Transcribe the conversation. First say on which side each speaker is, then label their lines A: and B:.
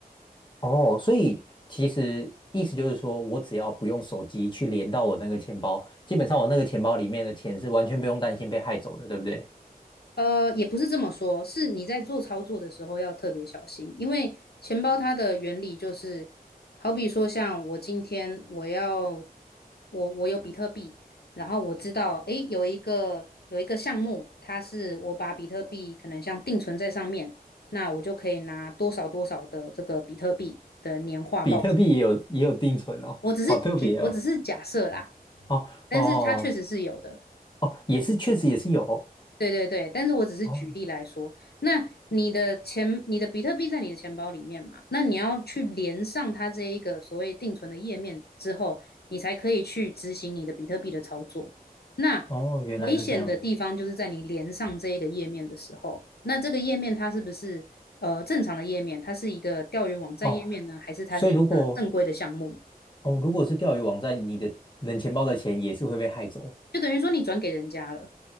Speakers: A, on the left; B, on the left.
A: 哦，所以其实意思就是说，我只要不用手机去连到我那个钱包，基本上我那个钱包里面的钱是完全不用担心被害走的，对不对？
B: 呃，也不是这么说，是你在做操作的时候要特别小心，因为钱包它的原理就是，好比说像我今天我要我我有比特币，然后我知道诶有一个有一个项目，它是我把比特币可能像定存在上面，那我就可以拿多少多少的这个比特币的年化报酬。
A: 比特币也有也有定存哦，
B: 我只是举我只是假设啦，
A: 好特别哦。哦哦
B: 但是它确实是有的。
A: 哦，也是，确实也是有哦
B: 对对对，但是我只是举例来说，
A: 哦，
B: 那你的钱，你的比特币在你的钱包里面嘛，那你要去连上它这一个所谓定存的页面之后，你才可以去执行你的比特币的操作。那危难险的地方就是在你连上这一个页面的时候，
A: 哦原来是这样
B: 那这个页面它是不是呃正常的页面？它是一个钓鱼网站页面呢，
A: 哦。
B: 还是它是一个正规的项目？
A: 所以如果哦如果是钓鱼网站，你的冷钱包的钱也是会被害走
B: 就等于说你转给人家了。